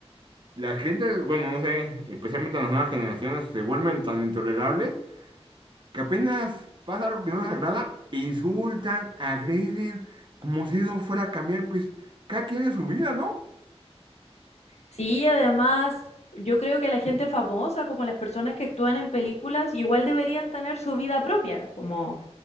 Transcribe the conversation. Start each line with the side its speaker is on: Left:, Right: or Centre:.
Right: La gente, bueno, no sé, especialmente las nuevas generaciones, se vuelven tan intolerables que apenas pasa algo que no les agrada, insultan, agreden, como si eso fuera a cambiar, pues cada quien en su vida, ¿no?
Left: Sí, y además, yo creo que la gente famosa, como las personas que actúan en películas, igual deberían tener su vida propia, como